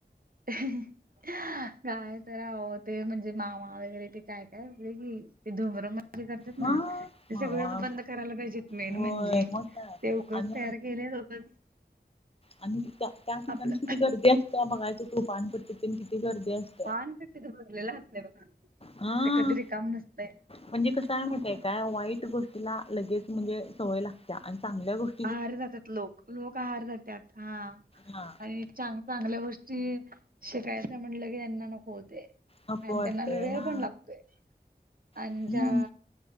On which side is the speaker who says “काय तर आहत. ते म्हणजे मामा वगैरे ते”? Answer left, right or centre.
Right